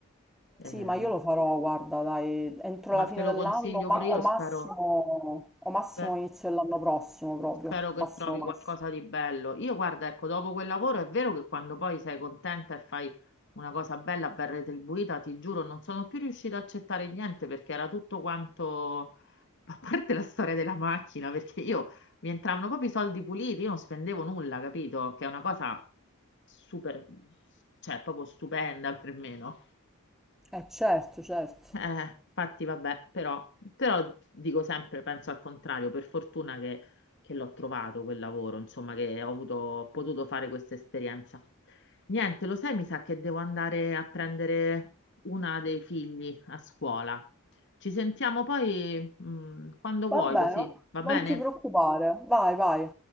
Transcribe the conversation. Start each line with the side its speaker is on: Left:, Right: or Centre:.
Left: Eh,
Centre: Sì, ma io lo farò, guarda, dai, entro
Left: ma
Centre: la
Left: te
Centre: fine
Left: lo
Centre: dell'anno,
Left: consiglio pure
Centre: ma
Left: io,
Centre: o massimo,
Left: spero,
Centre: o massimo
Left: spe-
Centre: inizio dell'anno prossimo proprio,
Left: spero che
Centre: massimo
Left: trovi
Centre: massimo.
Left: qualcosa di bello. Io guarda, ecco, dopo quel lavoro è vero che quando poi sei contenta e fai una cosa bella, ben retribuita, ti giuro, non sono più riuscita a accettare niente perché era tutto quanto a parte la storia della macchina, perché io mi entravano proprio i soldi puliti, io non spendevo nulla, capito? Che è una cosa super, cioè proprio stupenda per me, no?
Centre: Eh certo, certo.
Left: Eh, infatti, vabbè, però, però dico sempre, penso al contrario, per fortuna che, che l'ho trovato quel lavoro, insomma, che ho avuto, ho potuto fare questa esperienza. Niente, lo sai, mi sa che devo andare a prendere una dei figli a scuola. Ci sentiamo poi, mh, quando vuoi,
Centre: Va bene,
Left: così va
Centre: non
Left: bene?
Centre: ti preoccupare, vai, vai.